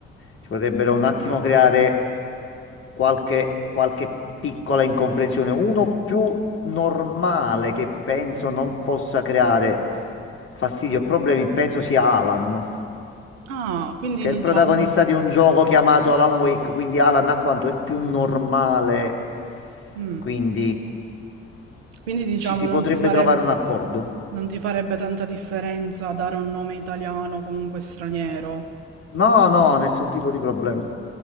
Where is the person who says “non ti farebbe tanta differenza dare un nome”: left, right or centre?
Right